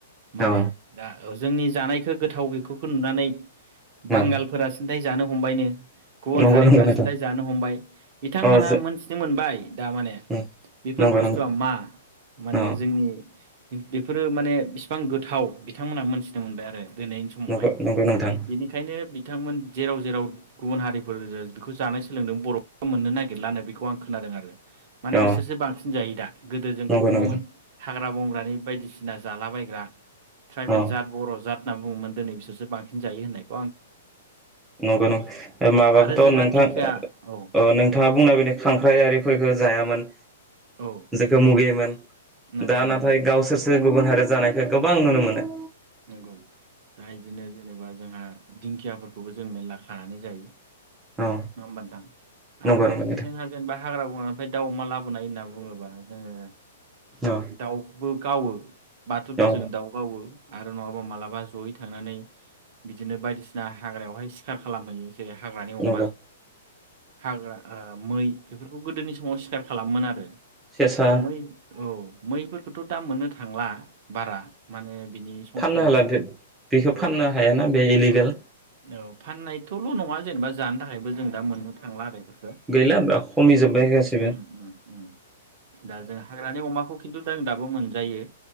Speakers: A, on the right (about 35°); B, in the centre.
A: माने
B: औ
A: दा जोंनि जानायखो गोथाव बेफोरखौ नुनानै बांगालफोरा
B: औ
A: सिन्थाय जानो हमबायनो गुबुन
B: नंगौ
A: हारिफ्रा
B: नंगौ नोंथां
A: सिन्थाय जानो हमबाय बिथांमोनहा
B: अ जो
A: मोनथिनो मोनबाय दा माने
B: उम
A: बेफोर
B: नंगौ
A: बुस्थुआ
B: नंगौ
A: मा माने
B: अ
A: जोंनि बेफोरो माने बिसिबां गोथाव बिथांमोनहा मोनथिनो मोनबाय आरो दिनैनि समावहाय
B: नंगौ नंगौ नोंथां
A: बेनिखायनो बिथांमोन जेराव जेराव गुबुन हारि बेखौ जानाय सोलोंदों बर'फोरा मोननो नागिरलानो बेखौ आं खोनादों आरो। माने
B: अ
A: बिसोरसो बांसिन जायो दा। गोदो जोंखौ
B: नंगौ
A: बुङोमोन
B: नंगौ
A: हा हाग्रा बंग्रानि बायदिसिना जालाबायग्रा ट्राइबेल
B: अ
A: जाद बर जाद होनना बुङोमोन दिनै बिसोरसो बांसिन जायो होननायखो
B: नंगौ <unintelligible> हाबाखौथ
A: आरो जोंहा
B: नोंथां
A: दिंखोआ
B: अ
A: औ
B: नोंथाङा बुंनायबादि खांख्राइ आरिफोरखौ जायामोन
A: औ
B: जेखौ मुगैयोमोन
A: नंगौ
B: दा
A: नंगौ
B: नाथाय
A: नोंथां
B: गावसोरसो गुबुन हारि जानायखौ गोबां नुनो मोनो।
A: नोंगौ दा इदिनो जेनेबा जोंहा दिंखियाफोरखौबो जों मेरला खानानै जायो। नङा
B: औ
A: होमबा नोंथां
B: नंगौ
A: आरो लोगोसे
B: नंगौ नोंथां
A: जोंहा जेनेबा हाग्रा बंग्रानिफ्राय दाउ अमा लाबोनाय होनना बुङोबा जोङो
B: औ
A: दाउबो गावो बाथुलफोरजों
B: औ
A: दाउ गावो । आरो नङाबा मालाबा जयै थांनानै बिदिनो बायदिसिना हाग्रायावहाय सिखार खालामहैयो । जेरै हाग्रानि अमा
B: नंगौ
A: हाग्रा ओ मै बेफोरखौ गोदोनि समाव सिखार खालामोमोन आरो
B: सेसा
A: ओ मै औ मैफोरखौथ दा मोननो थांला बारा माने बिनि संखिया
B: फाननो हाला बेखौ
A: औ
B: फाननो हायाना बे इलिगेल
A: औ औ फानायथल नङा जेनबा <unintelligible> थाखायबो जों दा मोन्नो थांला आरो एफोरखौ
B: गैला खमिजोब्बाय
A: औ
B: गासिबो
A: ओम ओम ओम दा जों हाग्रानि अमाखौ खिनथुजों दाबो जायो